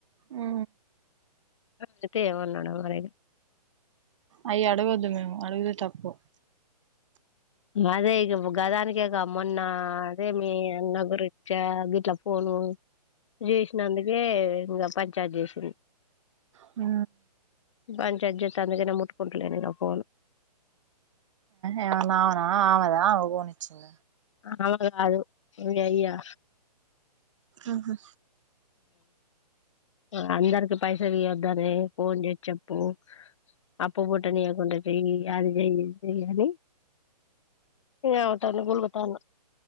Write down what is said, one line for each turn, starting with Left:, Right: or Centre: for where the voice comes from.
Right: ఆ
Left: అడుగుతే ఏమన్నాడో ఎవరైనా
Right: అయి అడగద్దు మేము అడుగుతే తప్పు
Left: అదే ఇగ గదానికేక మొన్న అదే మీ అన్న గురిచ్చ గిట్లా ఫోన్ చేసినందుకే ఇంకా పంచాయతీ చేసింది
Right: హ
Left: పంచాయతీ చెత్తంది ఇగ నేను ముట్టుకుంటలేను ఇగ ఫోన్
Right: ఏమన్నా ఆమెనా ఆమెదా ఆమె కొనిచింద
Left: ఆమెది కాదు ఇ అయ్యా
Right: ఆహ
Left: ఆ అందరికి పైస ఇయొద్దని ఫోన్ చేసి చెప్పు అప్పు పుట్టనీయకుండా చెయ్ ఆది చేయ్ ఇది చేయని అవుతాను గుల్లతాన